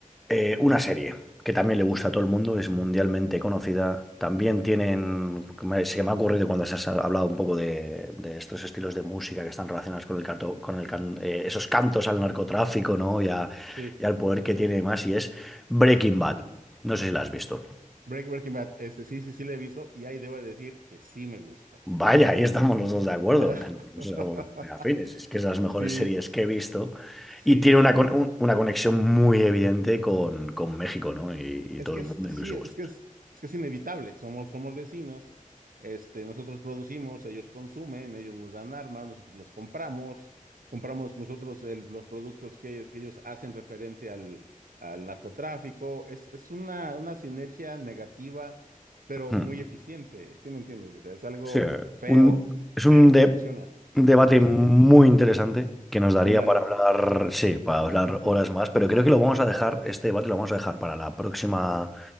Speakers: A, in the centre; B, on the right.
A: eh, una serie que también le gusta a todo el mundo, es mundialmente conocida. También tienen, me- se me ha ocurrido cuando se ha hablado un poco de, de estos estilos de música que están relacionados con el canto, con el can- eh, esos cantos al narcotráfico, ¿no? Y, a-
B: Sí,
A: y al poder que tiene más, y es Breaking
B: sí.
A: Bad. No sé si la has visto.
B: Break, Breaking Bad, este sí, sí, sí le he visto y ahí debo decir que sí me gusta.
A: Vaya, ahí estamos los dos de acuerdo.
B: <laughs>
A: Somos muy afines. Es que es de las mejores
B: Sí,
A: series
B: s-
A: que he visto.
B: sí,
A: Y tiene
B: yo también.
A: una, con- un- una conexión muy evidente con, con México, ¿no? Y, y
B: Es
A: todo
B: que
A: el
B: es,
A: mundo, incluso
B: sí, es
A: vosotros.
B: que es, es que es inevitable. Somos, somos vecinos, este, nosotros producimos, ellos consumen, ellos nos dan armas, nosotros los compramos, compramos nosotros el- los productos que, que ellos hacen referente al, al narcotráfico. Es, es una, una sinergia negativa, pero
A: Mm.
B: muy eficiente. ¿Sí me entiendes? O sea, es algo
A: Sí,
B: feo,
A: un- es un,
B: pero que
A: de-
B: funciona.
A: un debate
B: Les funciona.
A: muy interesante que nos daría
B: Muy largo.
A: para hablar, sí, para hablar
B: Sí,
A: horas más, pero creo que lo vamos a dejar, este debate lo vamos a dejar para la próxima,